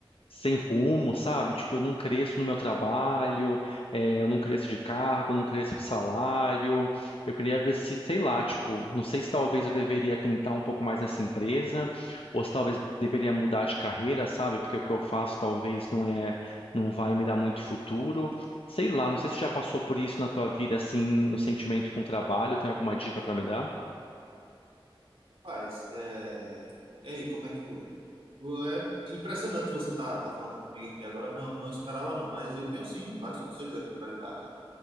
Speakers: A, on the left (about 80°); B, on the right (about 75°).
A: sem rumo, sabe? Tipo, eu não cresço no meu trabalho, é, eu não cresço de cargo, eu não cresço de salário. Eu queria ver se, sei lá, tipo, não sei se talvez eu deveria tentar um pouco mais nessa empresa, ou se talvez deveria mudar de carreira, sabe? Porque o que eu faço talvez não é, não vai me dar muito futuro. Sei lá, não sei se já passou por isso na tua vida, assim, no sentimento com o trabalho, tem alguma dica pra me dar?
B: Rapaz, é... E aí, como é que... É impressionante você tá, tá falando comigo aqui agora. Não, não esperava não, mas eu tenho sim vários conselhos aqui para lhe dar, cara.